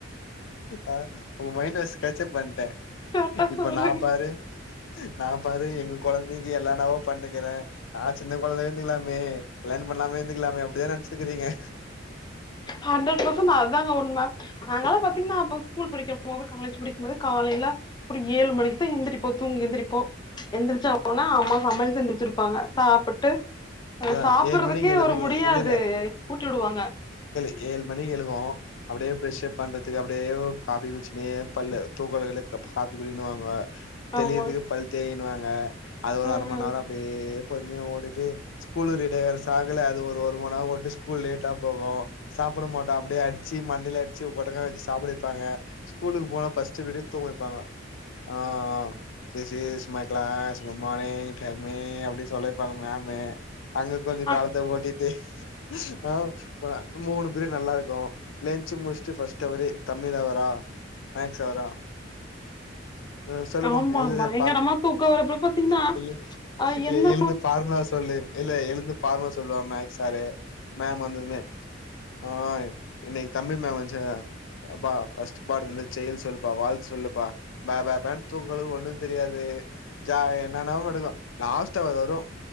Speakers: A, on the left (about 80°); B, on the left (about 25°).
A: ஆ ஒங்க மைண்ட் வாய்ஸ் கேச்சப் பண்ட்டே
B: கரெக்டா
A: இப்ப
B: சொல்றீங்க
A: நா பாரு நா பாரு எங்க கொழந்தக்கி எல்லானாவோ பண்ணுக்குறே நா சின்ன கொழந்தயாவே இந்துக்கலாமே கல்யாணம் பண்ணாமே இந்துக்கலாமே அப்டிதா நென்ச்சுக்குறீங்க
B: ஹண்ட்ரட் பர்சன்ட் அதாங்க உண்ம நாங்களா பாத்தீங்னா அப்ப ஸ்கூல் படிக்கிற போது காலேஜ் படிக்குபோது காலைல ஒரு ஏழு மணிக்கு தா எந்திரிப்போ தூங்கி எந்திரிப்போ எந்திரிச்ச ஒ னா அம்மா சமையல் செஞ்சு வச்சிருப்பாங்க சாப்புட்டு அது
A: அதா
B: சாப்பறதுக்கே
A: ஏழு மணிக்கு எழுப்பீங்க
B: ஒரு முடியாது
A: இல்ல
B: ஊட்டி வுடுவாங்க
A: ஏழ் மணிக்கி எழுகுவோ அப்டியே ப்ரஷப் பண்றதுக்கு அப்டியே காஃபி குச்சினே பல்லு தூக்கலக்கதுல காஃபி குடின்னுவாங்க தெளியிறதுக்கு
B: ஆமா
A: பல்தேய்யினுவாங்க அது ஒரு
B: ம்
A: அர மண் நேர அப்டியே பொறுமயா ஓடிட்டு ஸ்கூல் ரெடியாகுற சாக்குல அது ஒரு மண்நேரோ ஓட்டிஸ்கூல் லேட்டா போகு சாப்புட மாட்டோ அப்டியே அட்ச்சு மண்டய்ல அட்ச்சு கொட்டங்க வச்சு சாப்ட வெப்பாங்க ஸ்கூலுக்கு போனா ஃபர்ஸ்ட்டு பீரியடே தூங்க வப்பாங்க ஆ ஆ சிசிஸ் மை க்ளாஸ் குட் மானிங் டெல் மி அப்டி சொல்ல வெப்பாங்க மேமு அங்க கொஞ்சோ
B: அ
A: காலத்த ஓட்டிட்டு ஆ மூணு பிரிடு நல்லா இருக்கு லெஞ்ச் முடிசிட்டு ஃபஸ்ட் அவரே தமிழ் அவரா மேக்ஸ் அவரா ஆ சொல்லுமா
B: ஆமா
A: எழுதுங்க
B: பயங்கரமா தூக்க வரப்ப பாத்தீங்கன்னா
A: <unintelligible>
B: அ என்ன
A: பார்முலா சொல்லு இல்ல எழுந்து பார்முலா சொல்ல மேக்ஸ் சாரு மேம் வந்ததுமே ஆ இன்னக்கி தமிழ் மேம் வன்ச்சா எப்பா ஃபஸ்ட்டு பாடுத்ல செயுள் சொல்லுப்பா வாழ்த்து சொல்லுப்பா பேபேபே தூங்க கலக்கதுல ஒண்ணு தெரியாது ஜா என்னான <unintelligible> லாஸ்ட் அவர் வரு